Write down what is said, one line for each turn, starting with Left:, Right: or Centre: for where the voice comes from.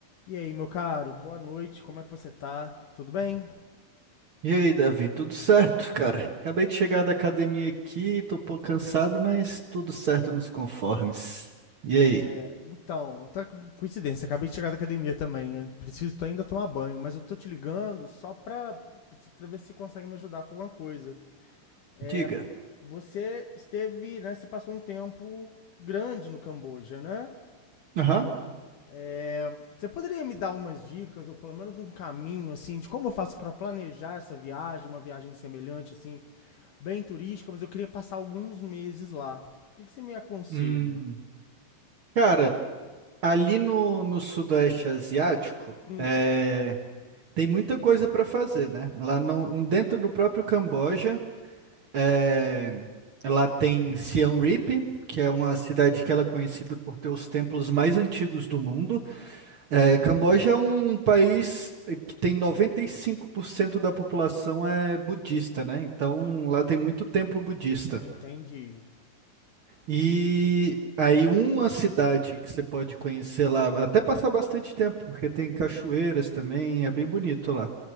Left: E aí, meu caro, boa noite, como é que você tá? Tudo bem?
Right: E aí, Davi, tudo certo, cara? Acabei de chegar da academia aqui, tô um pouco cansado, mas tudo certo nos conformes. E aí?
Left: É, então, tá com- coincidência, acabei de chegar da academia também, eu preciso t- ainda tomar banho, mas eu tô te ligando só pra, pra ver se você consegue me ajudar com alguma coisa. É,
Right: Diga.
Left: você esteve, né, você passou um tempo grande no Camboja, né?
Right: Aham.
Left: É, você poderia me dar umas dicas, ou pelo menos um caminho, assim, de como eu faço para planejar essa viagem, uma viagem semelhante, assim, bem turística, mas eu queria passar alguns meses lá. O que que você me aconselha?
Right: Hum, Cara, ali no, no Sudeste Asiático,
Left: Hum,
Right: é, tem muita coisa para fazer, né? Lá no, dentro do próprio Camboja, é, lá tem Siem Reap, que é uma cidade que ela é conhecida por ter os templos mais antigos do mundo. É, Camboja é um país que tem 95% da população é budista, né? Então lá tem muito templo budista.
Left: entendi.
Right: E aí uma cidade que você pode conhecer lá, até passar bastante tempo, porque tem cachoeiras também, é bem bonito lá.